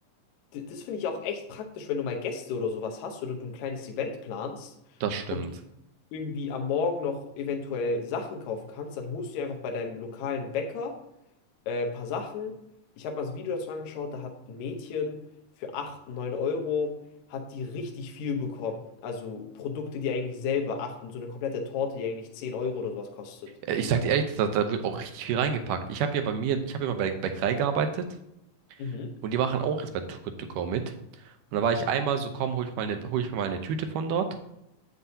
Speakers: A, on the left (about 70°); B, on the right (about 80°).
A: D das finde ich auch echt praktisch, wenn du mal Gäste oder sowas hast oder du ein kleines Event planst
B: das stimmt.
A: und du irgendwie am Morgen noch eventuell Sachen kaufen kannst, dann holst du dir einfach bei deinem lokalen Bäcker äh, paar Sachen. Ich habe mal das Video dazu angeschaut, da hat ein Mädchen für 8, 9 Euro, hat die richtig viel bekommen. Also Produkte, die eigentlich selber achten, so eine komplette Torte, die eigentlich 10 Euro oder sowas kostet.
B: Äh, Ich sag
A: Hat,
B: dir ehrlich, da, da wird auch richtig viel reingepackt. Ich habe ja bei mir, ich habe ja mal bei Bäckerei gearbeitet
A: mhm,
B: und die machen auch jetzt bei Too Good To Go mit. Und da war ich einmal so, komm, hol ich mal eine, hol ich mir mal eine Tüte von dort.